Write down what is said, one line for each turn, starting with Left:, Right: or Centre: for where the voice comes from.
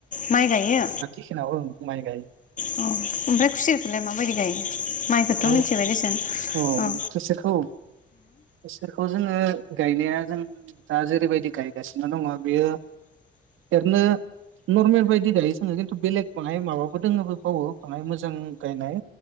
Left: माइ गायो
Right: आथिखालाव। माइ गायो।
Left: अ ओमफ्राय खुसिरखौलाय माबायदि गायो? माइखौथ'
Right: औ
Left: मिथिबाय दसां
Right: औ
Left: अ
Right: खुसेरखौ खुसेरखौ जोङो गायनाया जों दा जेरैबायदि गायगासिनो दङ बेयो एरनो नर्मेल बायदि गायो जोङो खिन्थु बेलेग बाय माबाबो दोङोबो बावो बाङाय मोजां गायनाय।